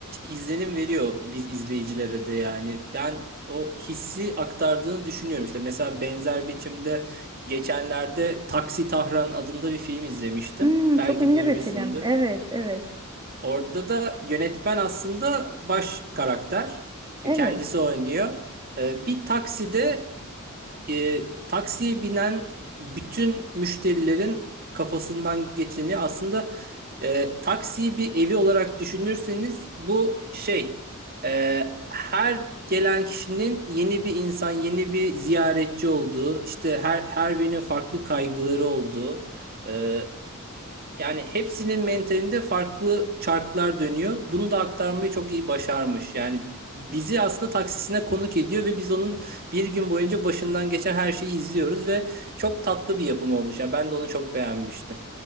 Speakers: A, on the right (about 45°); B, on the right (about 20°).
A: izlenim veriyor biz izleyicilere de yani. Ben o hissi aktardığını düşünüyorum işte. Mesela benzer biçimde geçenlerde Taksi Tahran adında bir film izlemiştim.
B: Hmm,
A: Belki
B: çok ünlü
A: duymuşsundur.
B: bir film. Evet, evet,
A: Orada da yönetmen aslında baş karakter. E,
B: evet.
A: Kendisi oynuyor. E, Bir takside e, taksiye binen bütün müşterilerin kafasından geçeni aslında e, taksiyi bir evi olarak düşünürseniz bu şey e, her gelen kişinin yeni bir insan, yeni bir ziyaretçi olduğu, işte her her birinin farklı kaygıları olduğu e, yani hepsinin mentalinde farklı çarklar dönüyor. Bunu da aktarmayı çok iyi başarmış. Yani bizi aslında taksisine konuk ediyor ve biz onun bir gün boyunca başından geçen her şeyi izliyoruz ve çok tatlı bir yapım olmuş. Yani ben de onu çok beğenmiştim.